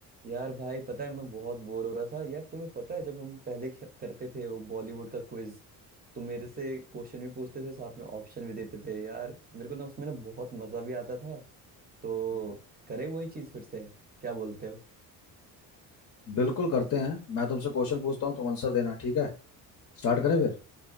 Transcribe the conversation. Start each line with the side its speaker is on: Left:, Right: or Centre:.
Right: यार भाई पता है मैं बहुत बोर हो रहा था यार तुम्हें पता है जब हम पहले खे- करते थे वो बॉलीवुड का क्विज तुम मेरे से क्वेश्चन भी पूछते थे साथ में ऑप्शन भी देते थे यार मेरे को ना उसमें ना बहुत मजा भी आता था तो करें वही चीज फिर से क्या बोलते हो
Left: बिल्कुल करते हैं मैं तुमसे क्वेश्चन पूछता हूँ तुम आंसर देना ठीक है स्टार्ट करें फिर